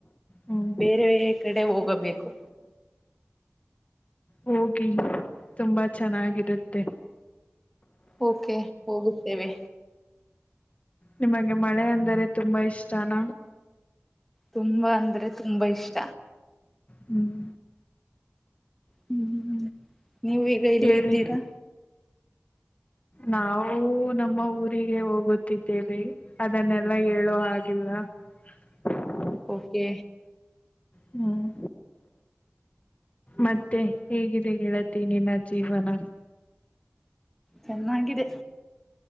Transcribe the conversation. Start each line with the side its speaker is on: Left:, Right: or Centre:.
Left: ಹ್ಮ್
Centre: ಬೇರೆೇ ಕಡೆ ಹೋಗಬೇಕು
Left: ಹೋಗಿ ತುಂಬಾ ಚೆನ್ನಾಗಿರುತ್ತೆ
Centre: ಓಕೆ ಹೋಗುತ್ತೇವೆ
Left: ನಿಮಗೆ ಮಳೆ ಅಂದರೆ ತುಂಬಾ ಇಷ್ಟಾನ
Centre: ತುಂಬಾ ಅಂದ್ರೆ ತುಂಬಾ ಇಷ್ಟ
Left: ಹ್ಮ್
Centre: ಹ್ಮ್ ನೀವೀಗ ಎಲ್ಲಿ
Left: ಹೇಳಿ
Centre: ಇದ್ದೀರಾ
Left: ನಾವು ನಮ್ಮ ಊರಿಗೆ ಹೋಗುತ್ತಿದ್ದೇವೆ ಅದನ್ನೆಲ್ಲ ಹೇಳೋ ಹಾಗಿಲ್ <inaudible>
Centre: ಓಕೆ
Left: ಹ್ಮ್ ಮತ್ತೆ ಹೇಗಿದೆ ಗೆಳತಿ ನಿನ್ನ ಜೀವನ
Centre: ಚೆನ್ನಾಗಿದೆ